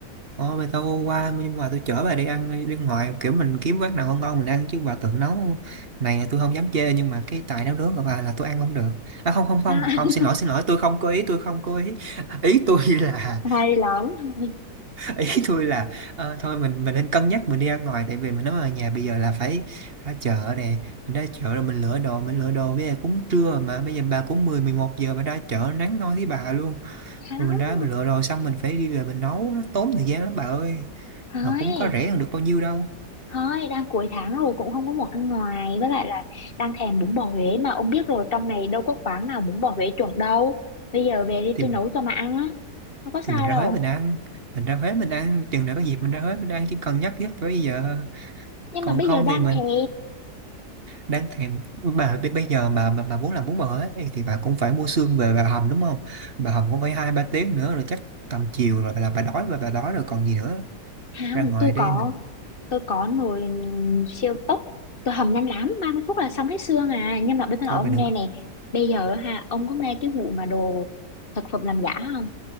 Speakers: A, on the right; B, on the left.
A: thôi bà tao qua nhưng mà tôi chở bà đi ăn đi ngoài kiểu mình kiếm quán nào ngon ngon mình ăn chứ bà tự nấu này tôi không dám chê nhưng mà cái tài nấu nướng của bà là tôi ăn không được. À không không không,
B: À, <laughs>
A: không xin lỗi xin lỗi tôi không có ý tôi không có ý. Ý tôi là
B: hay lắm.
A: ý tôi là ờ, thôi mình mình nên cân nhắc mình đi ra ngoài tại vì mình nói ở nhà bây giờ là phải ra chợ nè mình ra chợ rồi mình lựa đồ mình lựa đồ bây giờ cũng trưa mà bây giờ bà cũng mười mười một giờ bà ra chợ nắng nôi với bà luôn
B: Không,
A: rồi mình ra mình lựa đồ xong mình phải đi về mình nấu nó tốn thời gian lắm bà ơi
B: thôi,
A: mà cũng có rẻ hơn được bao nhiêu đâu
B: thôi, đang cuối tháng rồi cũng không có muốn ăn ngoài. Với lại là đang thèm bún bò Huế mà ông biết rồi trong này đâu có quán nào bún bò Huế chuẩn đâu. Bây giờ về đi
A: thì
B: tôi
A: mình
B: nấu cho mà ăn á. Không có sao
A: thì mình ra
B: đâu.
A: Huế mình ăn mình ra Huế mình ăn chừng nào có dịp mình ra Huế mình ăn chỉ cần nhắc nhất tới bây giờ
B: nhưng
A: còn
B: mà bây
A: không
B: giờ đang
A: thì mình
B: thèm
A: đáng thèm bà b- bây giờ mà mà, mà muốn làm bún bò ấy, thì bà cũng phải mua xương về bà hầm đúng không bà hầm cũng phải hai ba tiếng nữa rồi chắc tầm chiều rồi là bà đói và bà đói rồi còn gì nữa
B: không
A: ra ngoài
B: tôi
A: đi
B: có
A: mình
B: tôi có nồi siêu tốc tôi hầm nhanh lắm 30 phút là xong hết xương à nhưng mà bây giờ
A: thôi
B: nói ông
A: bà đừng
B: nghe này bây giờ ha ông có nghe cái vụ mà đồ thực phẩm làm giả không